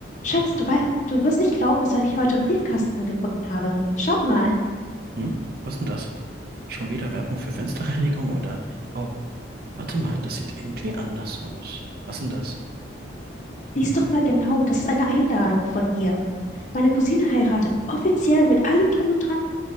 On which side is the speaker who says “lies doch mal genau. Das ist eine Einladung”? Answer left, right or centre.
Left